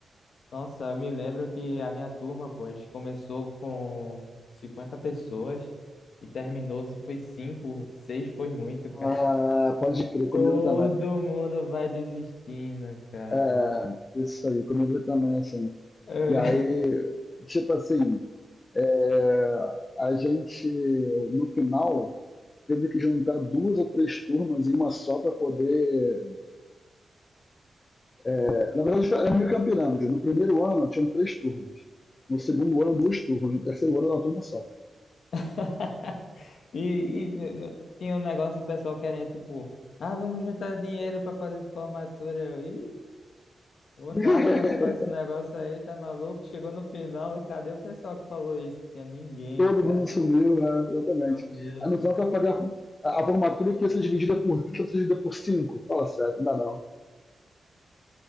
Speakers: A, on the left; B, on the left.
A: Nossa, eu me lembro que a minha turma, pô, a gente começou com 50 pessoas e terminou, se foi cinco, seis foi muito,
B: Ah,
A: cara. <laughs>
B: pode crer, comigo
A: Todo
B: também.
A: mundo vai desistindo, cara.
B: É, isso aí, comigo também, assim.
A: Eu-
B: E aí, tipo assim, é, a gente, no final, teve que juntar duas ou três turmas em uma só para poder. é, na verdade, era meio que uma pirâmide. No primeiro ano, tinham três turmas. No segundo ano, duas turmas. No terceiro ano, era uma turma só.
A: <laughs> E, e n- tinha um negócio de pessoal querendo, tipo, ah, vamos juntar dinheiro pra fazer formatura. Eu, Ih, vou
B: <laughs>
A: nada participar desse negócio aí, tá maluco? Chegou no final, cadê o pessoal que falou isso? Tinha ninguém,
B: Todo
A: cara.
B: mundo sumiu, né? exatamente.
A: Eu vi.
B: A no final, tu vai pagar a, a formatura que ia ser dividida por 3, dividida por 5. Fala sério, não dá não.